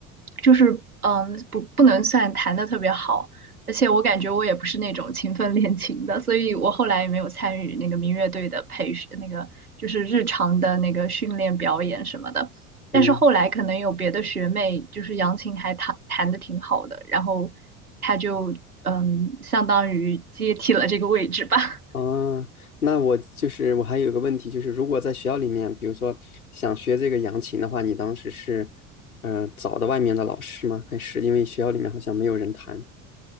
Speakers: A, on the right (about 85°); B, on the left (about 80°).
A: 就是嗯，不不能算弹的特别好，而且我感觉我也不是那种勤奋练琴的，所以我后来也没有参与那个民乐队的培训，那个就是日常的那个训练表演什么的。
B: 嗯。
A: 但是后来可能有别的学妹，就是杨琴还弹弹的挺好的，然后她就嗯，相当于接替了这个位置吧。
B: 哦，那我就是我还有一个问题，就是如果在学校里面，比如说想学这个扬琴的话，你当时是，呃，找的外面的老师吗？还是因为学校里面好像没有人弹？